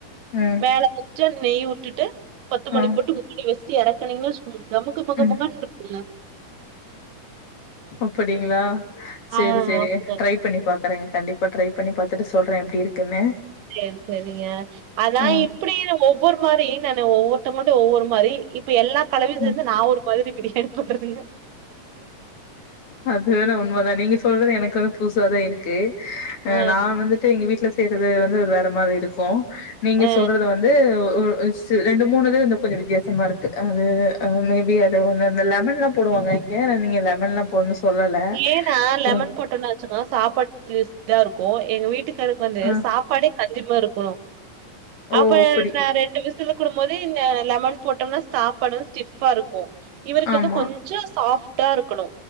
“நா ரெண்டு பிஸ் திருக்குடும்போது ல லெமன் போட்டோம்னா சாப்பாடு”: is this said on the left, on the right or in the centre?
Right